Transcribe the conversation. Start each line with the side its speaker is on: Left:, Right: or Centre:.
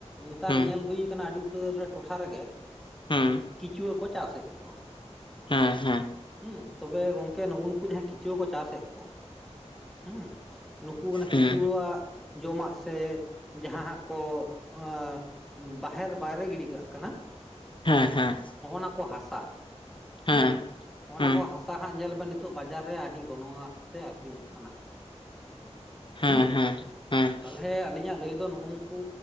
Centre: ᱱᱮᱛᱟᱨ
Left: ᱦᱩᱸ
Centre: ᱧᱮᱞ ᱦᱩᱭ ᱟᱠᱟᱱᱟ ᱟᱹᱰᱤ ᱩᱛᱟᱹᱨ ᱴᱚᱴᱷᱟ ᱨᱮᱜᱮ
Left: ᱦᱩᱸ
Centre: ᱠᱤᱪᱩᱣᱟᱹ ᱠᱚ ᱪᱟᱥᱮᱫ ᱠᱚᱣᱟ
Left: ᱦᱮᱸ ᱦᱮᱸ
Centre: ᱦᱩᱸ ᱛᱚᱵᱮ ᱜᱚᱝᱠᱮ ᱱᱩᱜᱩᱱᱩᱠᱩ ᱡᱟᱦᱟᱸᱭ ᱠᱤᱪᱩᱣᱟᱹ ᱠᱚ ᱪᱟᱥᱮᱫ ᱠᱚ ᱦᱩᱸ ᱱᱩᱠᱩ ᱚᱱᱟ
Left: ᱦᱩᱸ
Centre: ᱠᱤᱪᱷᱩᱣᱟᱹᱜ ᱡᱚᱢᱟᱜ ᱥᱮ ᱡᱟᱦᱟᱸᱟᱜ ᱠᱚ ᱮ ᱵᱟᱦᱮᱨ ᱵᱟᱭᱨᱮ ᱜᱤᱰᱤ ᱠᱟᱜ ᱠᱟᱱᱟ
Left: ᱦᱮᱸ ᱦᱮᱸ
Centre: ᱦᱚᱹᱜᱚᱱᱟ ᱠᱚ ᱦᱟᱥᱟ
Left: ᱦᱮᱸ
Centre: ᱦᱩᱸ ᱦᱚᱜᱚᱱᱟ
Left: ᱦᱩᱸ
Centre: ᱠᱚ ᱦᱟᱥᱟ ᱦᱟᱸᱜ ᱧᱮᱞ ᱵᱮᱱ ᱱᱤᱛᱚᱜ ᱵᱟᱡᱟᱨ ᱨᱮ ᱟᱹᱰᱤ ᱜᱚᱱᱚᱝ ᱟᱜ ᱛᱮ ᱟᱹᱠᱷᱨᱤᱧᱚᱜ ᱠᱟᱱᱟ
Left: ᱦᱮᱸ
Centre: ᱦᱩᱸ
Left: ᱦᱮᱸ
Centre: ᱛᱟᱦᱚᱞᱮ
Left: ᱦᱮᱸ ᱦᱮᱸ
Centre: ᱟᱞᱤᱧᱟᱜ ᱞᱟᱹᱭ ᱫᱚ ᱱᱩᱜᱩ ᱠᱩ